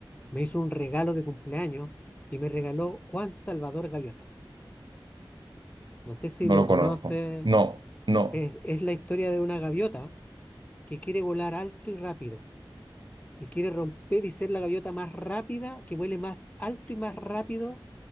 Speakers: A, on the left; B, on the right.
A: me hizo un regalo de cumpleaños y me regaló Juan Salvador Gaviota. No sé si
B: no
A: lo
B: lo
A: conoce,
B: conozco. No, no.
A: es, es la historia de una gaviota que quiere volar alto y rápido y quiere romper y ser la gaviota más rápida, que vuele más alto y más rápido